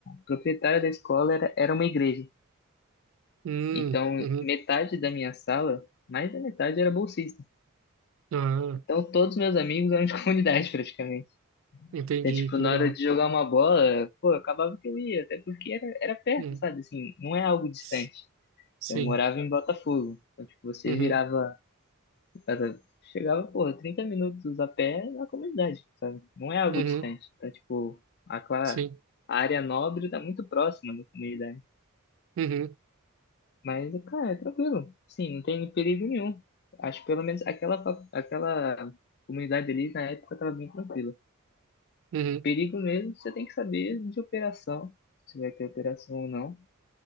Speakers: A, on the left; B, on the right.
A: proprietária da escola era, era uma igreja.
B: Hum,
A: Então,
B: uhum.
A: metade da minha sala, mais da metade era bolsista.
B: Ah,
A: Então, todos meus amigos eram de <laughs> comunidade, praticamente.
B: entendi,
A: Então, tipo,
B: que
A: na
B: legal.
A: hora de jogar uma bola, pô, acabava que eu ia, até porque era, era perto,
B: Hum.
A: sabe? Assim, não é algo distante.
B: S- Sim.
A: Eu morava em Botafogo. Então, tipo, você
B: Uhum.
A: virava, era- chegava, pô, 30 minutos a pé na comunidade, sabe? Não é algo
B: Uhum.
A: distante. Então, tipo, a, cla-
B: Sim.
A: a área nobre tá muito próxima da comunidade.
B: Uhum.
A: Mas, cara, é tranquilo. Sim, não tem perigo nenhum. Acho que pelo menos aquela, fa- aquela comunidade ali na época estava bem tranquila.
B: Uhum.
A: Perigo mesmo, você tem que saber de operação, se vai ter operação ou não.